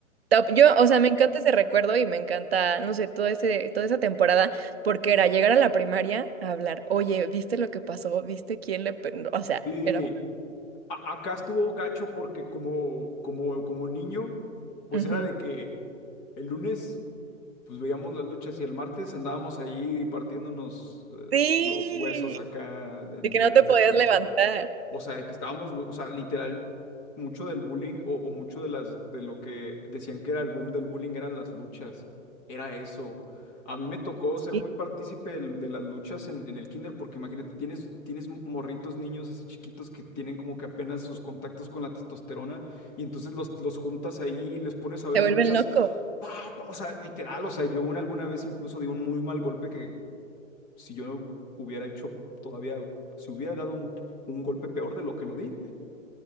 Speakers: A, on the right; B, on the left.
A: Top. Yo,
B: Sí.
A: o sea, me encanta ese recuerdo y me encanta, no sé, todo ese, toda esa temporada, porque era llegar a la primaria a hablar, oye, ¿viste lo que pasó? ¿Viste quién le...? pe-?" O sea,
B: sí,
A: era...
B: A- acá estuvo gacho porque como, como, como niño, pues
A: ujú.
B: era de que el lunes, pues veíamos las luchas y el martes andábamos allí partiéndonos eh,
A: Sí,
B: los huesos acá en
A: de que
B: en
A: no
B: el
A: te
B: recreo.
A: podías levantar.
B: O sea, de que estábamos, o sea, literal, mucho del bullying o, o mucho de las, de lo que decían que era el boom del bullying eran las luchas. Era eso. A mí me tocó ser
A: Sí,
B: muy partícipe del- de, las luchas en, en el kinder, porque imagínate, tienes, tienes morritos, niños así chiquitos que tienen como que apenas sus contactos con la testosterona, y entonces los, los juntas ahí, les pones a ver
A: se
B: luchas.
A: vuelven locos.
B: pa, pa, o sea, literal, o sea, yo una, alguna vez incluso di un muy mal golpe si yo no hubiera hecho todavía, si hubiera dado un, un golpe peor de lo que lo di,